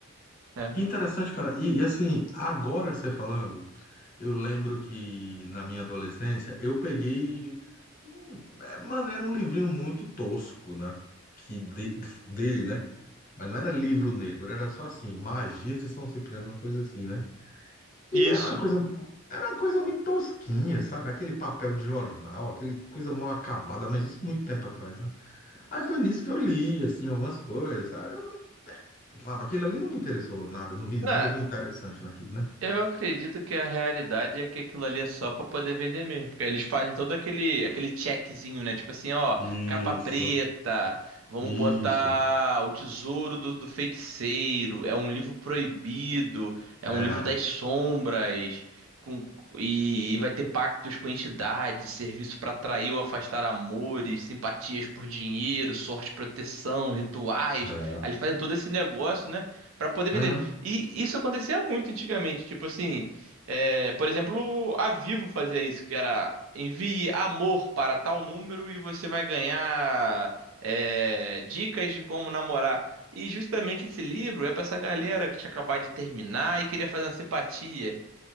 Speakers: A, on the right; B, on the left.
A: É.
B: Que interessante, cara. E, e assim, agora que você falando. Eu lembro que na minha adolescência eu peguei. um- é, Mano, era um livrinho muito tosco, né? Que de- dele, né? Mas não era livro negro, era só assim, Magias de São Cipriano, uma coisa assim, né? E
A: Isso.
B: era uma coisa, era uma coisa muito tosquinha, sabe? Aquele papel de jornal, aquele coisa mal acabada, mas isso muito tempo atrás, né? Aí foi nisso que eu li, assim, algumas coisas, sabe? Eu falei, sabe, aquilo ali não me interessou nada, não vi nada
A: Né,
B: de interessante naquilo, né?
A: Eu acredito que a realidade é que aquilo ali é só pra poder vender mesmo, porque eles fazem todo aquele aquele checkzinho, né? Tipo assim, ó,
B: Isso,
A: capa preta, vamos
B: isso.
A: botar o Tesouro do, do Feiticeiro, é um livro proibido, é
B: É,
A: um livro das sombras, com- e, e vai ter pactos com entidades, serviço pra atrair ou afastar amores, simpatias por dinheiro, sorte, proteção, rituais.
B: é,
A: Aí eles fazem todo esse negócio, né? Pra poder vender.
B: aham,
A: E isso acontecia muito antigamente, tipo assim, é, por exemplo, a Vivo fazia isso, que era envie amor para tal número e você vai ganhar é, dicas de como namorar. E justamente esse livro é para essa galera que tinha acabado de terminar e queria fazer uma simpatia.